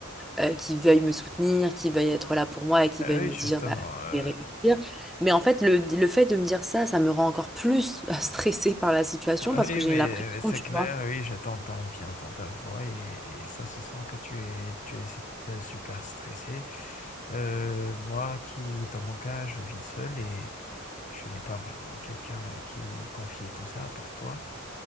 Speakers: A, in the centre; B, on the left.
A: euh, qu'il veuille me soutenir qu'ils veuillent être là pour moi et qu'ils
B: Euh,
A: veuillent me
B: Oui, justement.
A: dire bah
B: euh,
A: je vais réussir mais en fait le, le fait de me dire ça ça me rend encore plus <laughs> stressée par la situation
B: <laughs> Oui,
A: parce que j'ai
B: mais,
A: la pression
B: mais c'est
A: tu
B: clair,
A: vois
B: oui, je t'entends bien dans ta voix et, et ça se sent que tu es, tu es sup- euh, super stressé. Euh, moi qui, dans mon cas, je vis seul et je n'ai pas vraiment quelqu'un qui confier tout ça à part toi.